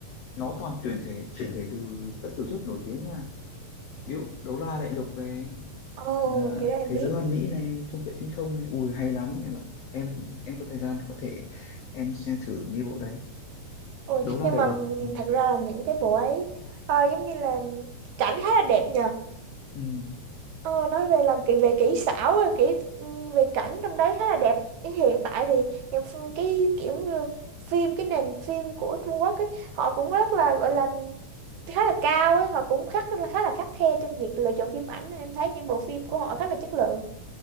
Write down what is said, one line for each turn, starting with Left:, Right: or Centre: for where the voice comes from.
Left: nó toàn tuyển thể chuyển thể từ các tiểu thuyết nổi tiếng nha ví dụ Đấu La Đại Lục này
Right: Ồ,
Left: à,
Right: cái đó em
Left: thế
Right: biết.
Left: giới hoàn mỹ này thung vệ tinh không này ui hay lắm em ạ em em có thời gian thì có thể em xem thử mấy bộ đấy
Right: Ôi,
Left: đấu la
Right: nhưng
Left: đại
Right: mà
Left: lục ừ.
Right: thật ra là những cái bộ ấy ờ, giống như là cảnh khá là đẹp nhờ.
Left: Ừ.
Right: Ờ, nói về làm kỹ về kỹ xảo rồi kỹ ừ, về cảnh trong đấy khá là đẹp. Hiện tại thì những ph- cái kiểu như phim cái nền phim của Trung Quốc ấy, họ cũng rất là gọi là khá là cao ấy, họ cũng khắc khá là khắt khe trong việc lựa chọn phim ảnh. nên Em thấy những bộ phim của họ khá là chất lượng.